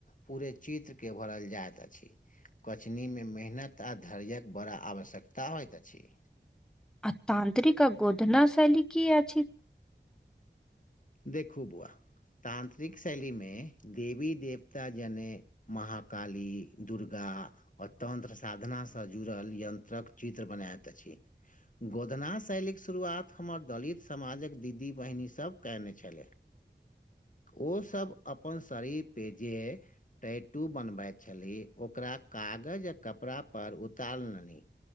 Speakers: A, on the left; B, in the centre.
A: पूरे चित्रके भरल जाइत अछि कचनीमे मेहनत आ धैर्यक बड़ा आवश्यकता होइत अछि
B: आ तांत्रिक आ गोधना शैली की अछि
A: देखू बौआ तांत्रिक शैलीमे देवी देवता जने महाकाली दुर्गा आ तन्त्र साधनासँ जुड़ल यन्त्रक चित्र बनायैत अछि गोधना शैलीके शुरुआत हमर दलित समाजक दीदी बहिनी सभ कने छले ओ सब अपन शरीर पे जे टेटू बनबैत छली ओकरा कागज आ कपड़ापर उतार लेलनि